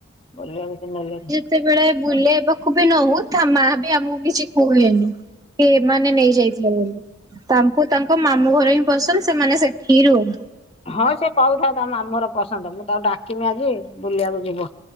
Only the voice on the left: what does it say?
ବୁଲେଇବାକୁ ନେଲେନି।
ହଁ ସେ କହୁଥାଉ ତମେ ଆମର। ପସନ୍ଦ ମୁଁ ତାକୁ ଡାକିମି ଆଜି ବୁଲିବାକୁ ଯିବ